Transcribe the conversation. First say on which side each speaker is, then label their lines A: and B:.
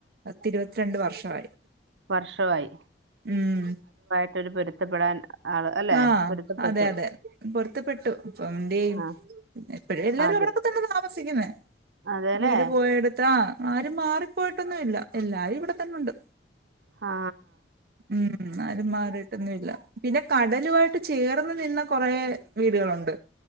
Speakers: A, on the right (about 55°); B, on the right (about 85°).
A: പത്തിരുപത്തിരണ്ട് വർഷവായി
B: വർഷവായി
A: ഉം
B: ട്ടൊരു പൊരുത്തപ്പെടാൻ ആള് അല്ലെ
A: ആഹ്
B: പൊരുത്തപ്പെട്ടു
A: അതെ അതെ പൊരുത്തപ്പെട്ടു പ്പം ന്തേ
B: ആ
A: എപ്പൊഴും എല്ലാരും
B: അതെ
A: അവടൊക്കെ തന്നെ താമസിക്കുന്നെ
B: അതേല്ലേ
A: വീട് പോയടു ത്താ ആരും മാറിപ്പോയിട്ടൊന്നും ഇല്ല എല്ലാരും ഇവിടെ തന്നുണ്ട്
B: ആ
A: ഉം ആരും മാറിയിട്ടൊന്നുംല്ല പിന്നെ കടലുവായിട്ട് ചേർന്ന് നിന്ന കൊറേ വീടുകളൊണ്ട്